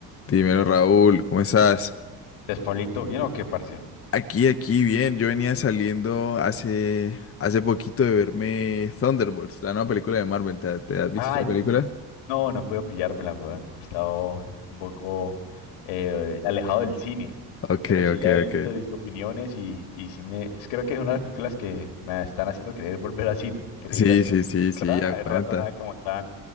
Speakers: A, on the left (about 30°); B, on the left (about 80°).
A: Dímelo, Raúl, ¿cómo estás?
B: ¿Despablito bien o qué, parce?
A: Aquí, aquí, bien. Yo venía saliendo hace, hace poquito de verme Thunderbolts, la nueva película de Marvel. ¿Te, te has visto
B: Ay,
A: esa película?
B: no, no puedo pillármela, weón. He estado un poco eh, alejado del cine,
A: Ok,
B: pero sí
A: ok,
B: la he
A: ok.
B: visto, he visto opiniones y, y sí me... es- Creo que es una de las películas que me están haciendo querer volver al cine, querer
A: Sí,
B: ir al cine,
A: sí, sí, sí,
B: ¿verdad?
A: aguanta.
B: Hay rato nada que montaban